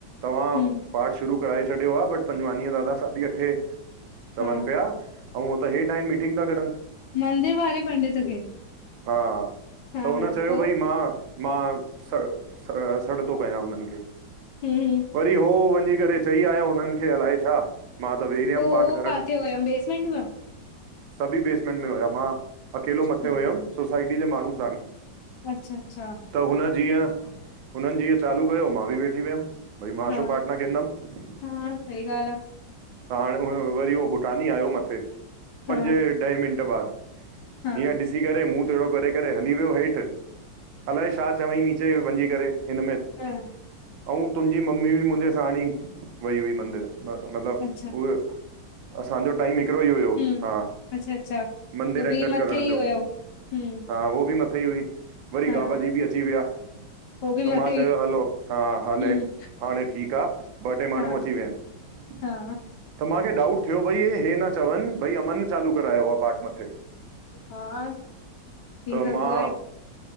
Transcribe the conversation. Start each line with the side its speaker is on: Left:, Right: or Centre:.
Right: तव्हां
Left: हूं
Right: पाठ शुरू कराए छॾियो आ बट पंजवानीअ दादा साढी अठे,
Left: हा
Right: चवनि पिया अऊं हो त हेठ आइनि मीटिंग ता करनि।
Left: मंदिर वारे पंडित खे?
Right: हा,
Left: हा
Right: त हुन
Left: हा
Right: चयो
Left: पो
Right: भई मां मां, स स सॾ तो कयां हुननि खे।
Left: हुं हुं।
Right: वरी हो वञी करे चई आयो हुननि खे अलाए छा? मां त वेही रहियमि
Left: पो हो
Right: पाठ करण
Left: काथे हुयम बेसमेंट में
Right: सभी बेसमेंट में हुया मां, अकेलो मथे
Left: हूं
Right: हुयुमि सोसाइटी जे माण्हू साण
Left: अच्छा अच्छा।
Right: त हुन जीअं, हुननि जीअं चालू कयो मां बि वेठी वियमि। भई मां
Left: हा
Right: छो पाठ ना कंदुमि। त
Left: हा सही ॻाल्हि
Right: हाणे, वरी उहो भूटानी आयो मथे पंजे
Left: आ
Right: ॾह मिंट बाद,
Left: हा हा
Right: हीअं ॾिसी करे मुंहं टेड़ो करे करे हली वियो हेठि अलाए छा चवईं नीचे वञझी करे हिन में,
Left: हा
Right: अऊं तुंहिंजी मम्मी बि मुंहिंजे साणी वई हुई मंदिर मतिलब,
Left: अच्छा
Right: उहे असांजो टाइम हिकिड़ो ई हुयो,
Left: हूं
Right: हा,
Left: अच्छा अच्छा
Right: मंदरु
Left: हो
Right: एंटर
Left: बि मथे
Right: करण जो
Left: ई हुयो हूं
Right: हा उहो बि मथे ई हुई, वरी
Left: हा
Right: गाबा जी बि अची विया
Left: हो बि
Right: त
Left: मथे
Right: मां चयो
Left: ई
Right: हलो हा हले
Left: हूं
Right: हाणे ठीकु आहे। ॿ टे माण्हू
Left: हा
Right: अची विया आहिनि।
Left: हा।
Right: त मूंखे डाउट थियो भई इहे न चवनि भई अमन चालू करायो आ पार्ट मथे।
Left: हा थी
Right: त
Left: सघदो
Right: मां
Left: आहे।